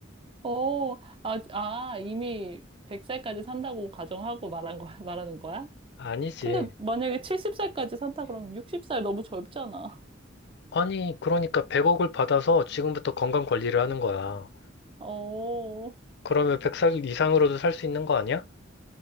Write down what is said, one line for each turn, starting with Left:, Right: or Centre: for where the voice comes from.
Right: 어, 아, 아, 이미 100살까지 산다고 가정하고 말한 거야, <laughs> 말하는 거야?
Left: 아니지.
Right: 근데 만약에 70살까지 산다 그러면 60살 너무 젊잖아.
Left: 아니, 그러니까 100억을 받아서 지금부터 건강 관리를 하는 거야.
Right: <laughs> 어, 어,
Left: 그러면 100살 이상으로도 살 수 있는 거 아니야?